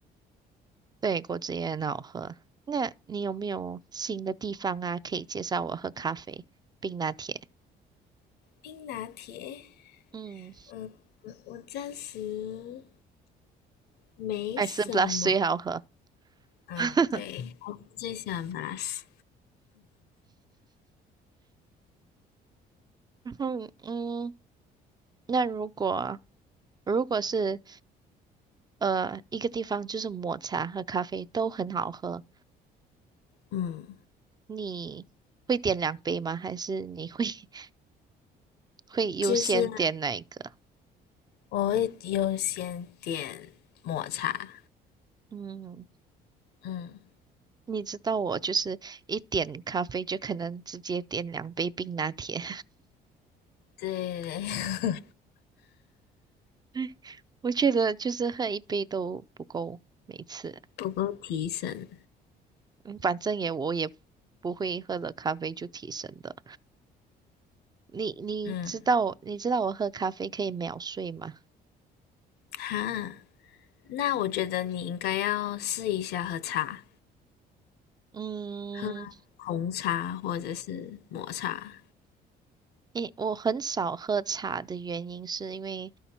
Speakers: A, on the right (about 25°); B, on the left (about 75°).
A: 对，果汁也很好喝。那你有没有新的地方啊，可以介绍我喝咖啡冰拿铁？
B: 冰拿铁，
A: 嗯，
B: 嗯，我我暂时没什么，
A: <laughs> 还是 b l u s 最好喝。
B: 嗯，
A: <laughs>
B: 对，我最喜欢 Blast，
A: 然后，嗯，那如果如果是呃一个地方就是抹茶和咖啡都很好喝，
B: 嗯，
A: 你会点两杯吗？还是你会 <laughs> 会优先点哪一个？
B: 就是我会优先点抹茶，
A: 嗯。
B: 嗯，
A: 你知道我就是一点咖啡就可能直接点两杯冰拿铁，
B: 对，<laughs>
A: <laughs> 我觉得就是喝一杯都不够，每次，
B: 不够提神，
A: 嗯，反正也我也不会喝了咖啡就提神的。你你知道你知道我喝咖啡可以秒睡吗？
B: 嗯哈，那我觉得你应该要试一下喝茶，
A: 嗯，
B: 喝红茶或者是抹茶。
A: 诶，我很少喝茶的原因是因为